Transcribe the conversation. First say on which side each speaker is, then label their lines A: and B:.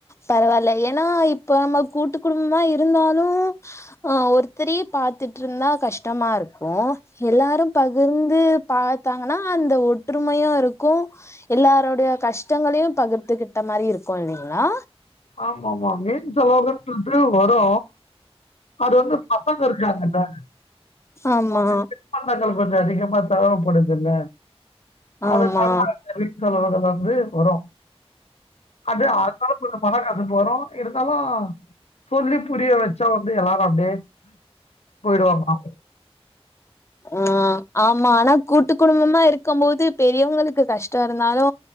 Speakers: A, on the left; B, on the left.
A: பரவால்ல ஏனா இப்ப நம்ம கூட்டு குடும்பமா இருந்தாலு ஆ ஒருத்தரே பாத்துட்ருந்தா கஷ்டமா இருக்கு எல்லாரு பகிர்ந்து பாத்தாங்கன்னா அந்த ஒற்றுமையாருக்கு எல்லாரோடைய கஷ்டங்களையு பகிர்த்துகிட்ட மாரி இருக்கு இல்லைங்ளா
B: ஆமா ஆமா வீண் செலவுகள்ட்டுட்டு வரு அது வந்து பசங்க இருக்காங்கள <inaudible>
A: ஆமா
B: தின் பண்டங்கள் கொஞ்சோ அதிகமா தேவப்படுதுல்ல அதனால
A: ஆமா
B: வீண்செலவுகள் வந்து வரு அது அதனா கொஞ்சோ மனக்கசப்பு வரு இருந்தாலு சொல்லி புரிய வச்சா வந்து எல்லாரு அப்டே போயிடுவாங்ணா
A: ம் ஆமா ஆனா கூட்டு குடும்பமா இருக்கும் போது பெரியவங்களுக்கு கஷ்டோ இருந்தாலு